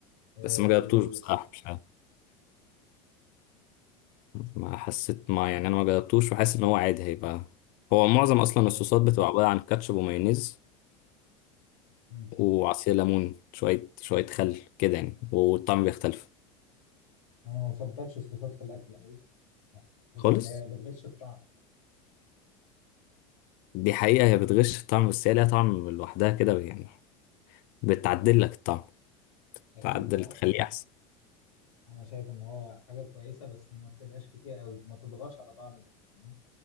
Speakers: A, on the left; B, on the left.
A: آه،
B: بس ما جربتوش بصراحة
A: الس-
B: مش عارف ما حسيت ما يعني انا ما جربتوش وحاسس ان هو عادي هيبقى هو معظم اصلا
A: آه،
B: الصوصات بتبقى عبارة عن كاتشب ومايونيز
A: مم.
B: وعصير ليمون شوية شوية خل كده يعني والطعم بيختلف
A: انا ما بفضلش الصوصات في الاكل قوي بحس
B: خالص
A: ان هي بتغش الطعم
B: دي حقيقة هي بتغش في الطعم بس هي ليها طعم لوحدها كده يعني بتعدل لك الطعم
A: اكيد
B: تعدل
A: اه
B: تخليه
A: يعني
B: احسن
A: انا شايف ان هو حاجه كويسه بس ما بتبقاش كتير قوي ما تضغطش على طعم الاكل فاهم